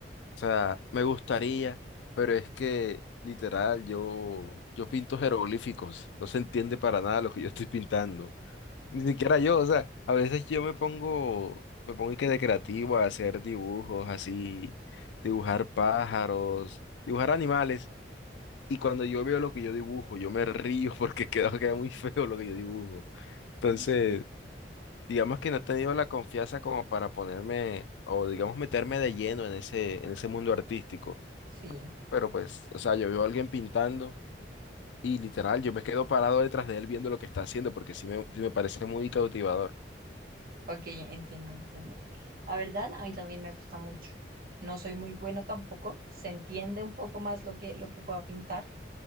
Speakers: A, on the left; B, on the right.
A: sea, me gustaría, pero es que literal, yo, yo pinto jeroglíficos, no se entiende para nada lo que yo estoy pintando. Ni siquiera yo, o sea, a veces yo me pongo, me pongo y que de creativo a hacer dibujos así, dibujar pájaros, dibujar animales, y cuando yo veo lo que yo dibujo, yo me río porque <laughs> queda, queda muy feo lo que yo dibujo. Entonces,
B: Sí,
A: digamos que no he tenido la confianza como para ponerme, o digamos meterme de lleno en ese, en ese mundo artístico.
B: sí,
A: Pero pues, o sea, yo veo a alguien pintando y literal, yo me quedo parado detrás de él viendo lo que está haciendo porque sí me, sí me parece muy cautivador.
B: ok, entiendo, entiendo. La verdad, a mí también me gusta mucho. No soy muy buena tampoco, se entiende un poco más lo que, lo que pueda pintar